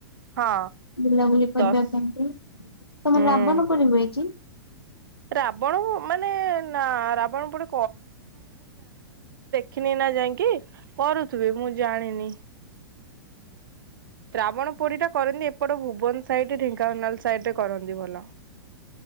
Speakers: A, on the right (about 60°); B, on the left (about 85°).
A: ହଁ
B: ବୁଲାବୁଲି କରିବା
A: ଦଶ
B: ପାଇଁ କି ତମର
A: ହୁଁ
B: ରାବଣ ପୋଡି ହୁଏ କି?
A: ରାବଣ ମାନେ ନା ରାବଣ ପୋଡି ଖିନି ନା ଯାଇଁଙ୍କି କରୁଥିବେ ମୁଁ ଜାଣିନି। ରାବଣ ପୋଡି ଟା କରନ୍ତି ଏପଟ ଭୁବନ ସାଇଟ୍ ଢେଙ୍କାନାଳ ସାଇଟ୍ ରେ କରନ୍ତି ଭଲ।